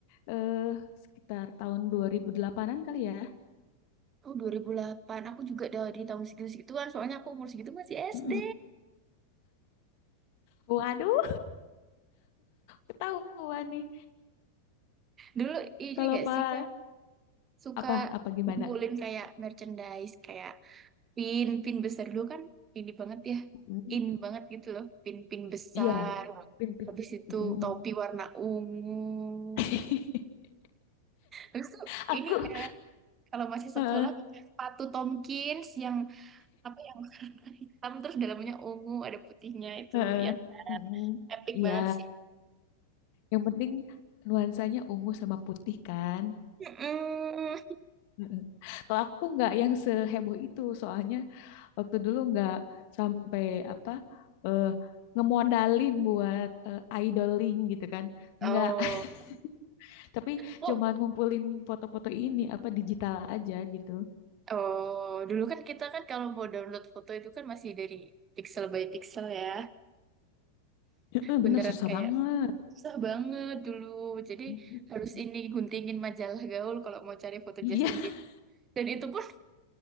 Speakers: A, on the left (about 45°); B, on the right (about 25°).
A: Eh, sekitar tahun 2008-an kali ya.
B: Oh 2008 aku juga dari tahun segitu-segituan, soalnya aku umur segitu masih
A: Mm-mm.
B: SD.
A: Waduh, ketahuan nih.
B: Dulu ini
A: Kalau
B: gak
A: pak
B: sih Kak, suka
A: apa apa gimana?
B: ngumpulin kayak merchandise, kayak pin, pin besar dulu kan ini banget ya,
A: Mm,
B: in banget gitu loh, pin-pin besar.
A: Iya, pin pin.
B: Habis itu
A: Mm.
B: topi warna ungu.
A: <laughs>
B: Habis itu
A: Aku
B: ini kan Kalau masih
A: heeh,
B: sekolah pakai sepatu Tomkins yang apa yang warna hitam terus dalamnya ungu ada putihnya itu
A: heeh,
B: ya
A: mm
B: epic
A: Iya,
B: banget sih.
A: yang penting nuansanya ungu sama putih kan.
B: Mm-mm.
A: Heeh. Kalau aku nggak yang seheboh itu, soalnya waktu dulu nggak sampai apa eh, ngemodalin buat eh, idoling gitu kan,
B: Oh,
A: nggak. <laughs> Tapi
B: kok
A: cuman ngumpulin foto-foto ini apa digital aja gitu.
B: oh dulu kan kita kan kalau mau download foto itu kan masih dari pixel by pixel ya.
A: Heeh,
B: Beneran
A: bener susah
B: kayak
A: banget.
B: susah banget dulu. Jadi
A: mm
B: harus ini guntingin majalah gaul kalau mau cari foto
A: Iya,
B: Justin
A: <laughs>
B: Bieber. Dan itu pun